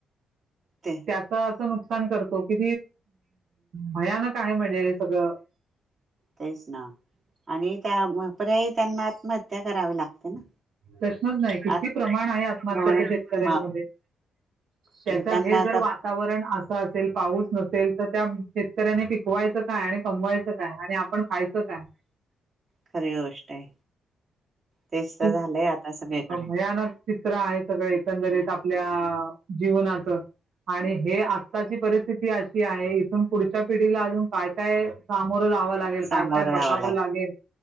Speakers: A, on the right; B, on the right.
A: ते
B: त्याच असं नुक तो कि भयानक आहे म्हणजे हे सगळं.
A: तेच ना आणि त्या पर्याय त्यांना आत्महत्या करावी लागते. ना
B: प्रश्नच नाही किती
A: आत्
B: प्रमाण आहे आत्महत्याच्या
A: मग
B: शेतकऱ्यांमध्ये त्याच्यात
A: मग त्यांना
B: हे
A: आता
B: जर वातावरण असं असेल. पाऊस नसेल तर त्या शेतकऱ्यांनी पिकवायचं काय आणि कमवायचं काय आणि आपण खायचं काय.
A: खरी गोष्ट आहे. तेच तर
B: खूप
A: झालंय आता सगळीकडे
B: भयानक चित्र आहे सगळ एकंदरीत आपल्या जीवनाचं आणि हे आताची परिस्थिती अशी आहे, इथून पुढच्या पिढीला अजून काय काय सामोरे लावावं लागेल
A: सामोरं
B: काय काय बघावं
A: जावं लाग
B: लागेल.